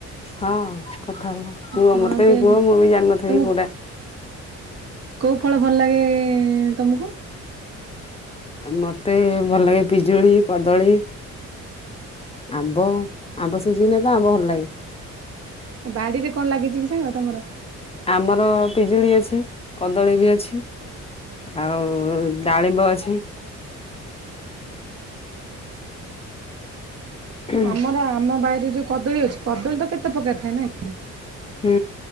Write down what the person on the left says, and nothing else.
ହଁ କଥା ହୁହ କୁହ
ମତେ
ବି କୁହ ମୁଁ ବି ଜାଣିନଥେବି
କୋଉଟା।
ମତେ ଭଲ ଲାଗେ ପିଜୁଳି କଦଳୀ ଆମ୍ବ ଆମ୍ବ ସିଜିନ ହେଲେ ଆମ୍ବ ଭଲ ଲାଗେ।
ଆମର ପିଜୁଳି ଅଛି କଦଳୀ ବି ଅଛି ଆଉ ଡାଳିମ୍ବ ଅଛି। <inaudible> ହୁଁ
ହୁଁ।